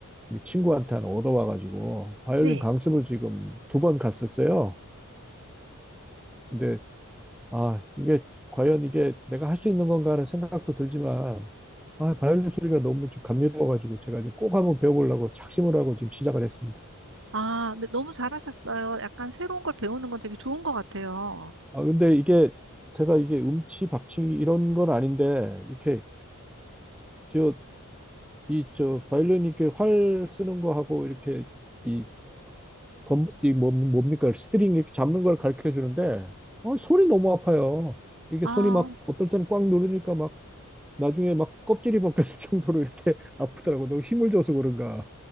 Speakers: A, in the centre; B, on the right (about 60°).
A: 우리 친구한테 하나 얻어와가지고 바이올린
B: 네.
A: 강습을 지금 두 번 갔었어요. 근데 아 이게 과연 이게 내가 할 수 있는 건가 하는 생각도 들지만 아 바이올린 소리가 너무 좀 감미로워가지고 제가 이제 꼭 한번 배워보려고 작심을 하고 지금 시작을 했습니다.
B: 아, 근데 너무 잘하셨어요. 약간 새로운 걸 배우는 건 되게 좋은 것 같아요.
A: 아 근데 이게 제가 이게 음치 박치 이런 건 아닌데 이렇게 저 이 저 바이올린 이렇게 활 쓰는 거 하고 이렇게 이 검, 이 뭐, 뭡니까? 스트링 이렇게 잡는 걸 가르쳐 주는데, 어, 손이 너무 아파요. 이게
B: 아.
A: 손이 막, 어떨 때는 꽉 누르니까 막, 나중에 막 껍질이 벗겨질 정도로 이렇게 <laughs> 아프더라고. 너무 힘을 줘서 그런가.